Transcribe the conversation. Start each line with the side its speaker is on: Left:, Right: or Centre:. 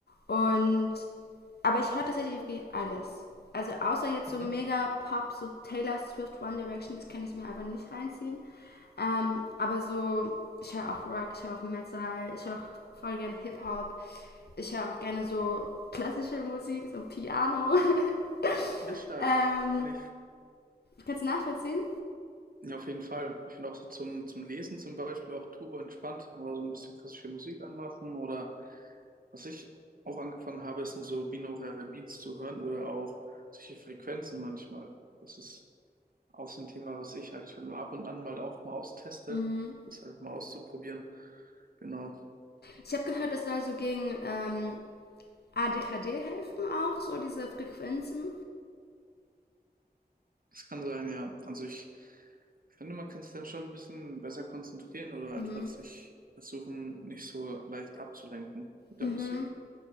Left: Und, aber ich höre tatsächlich wirklich alles. Also außer jetzt
Right: Mhm.
Left: so mega Pop, so Taylor Swift, One Direction, das kann ich mir einfach nicht reinziehen. Ähm, aber so, ich höre auch Rock, ich höre auch Metal, ich höre auch voll gerne Hip-Hop. Ich höre auch gerne so klassische Musik, so Piano. <laughs>
Right: Nicht stark.
Left: ähm,
Right: Kann ich.
Left: kannst du nachvollziehen?
Right: Ja, auf jeden Fall. Ich finde auch so zum, zum Lesen zum Beispiel auch turbo entspannt, aber so ein bisschen klassische Musik anmachen oder was ich auch angefangen habe, ist so binaurale Beats zu hören oder auch solche Frequenzen manchmal. Das ist auch so ein Thema, was ich aktuell ab und an mal auch mal austeste,
Left: Mhm.
Right: das einfach mal auszuprobieren. Genau.
Left: Ich habe gehört, das soll so gegen ähm, ADHD helfen auch, so diese Frequenzen.
Right: Das kann sein, ja. Also ich finde, man kann sich dann schon ein bisschen besser konzentrieren oder
Left: Mhm.
Right: einfach sich versuchen, nicht so leicht abzulenken mit
Left: Mhm.
Right: der Musik.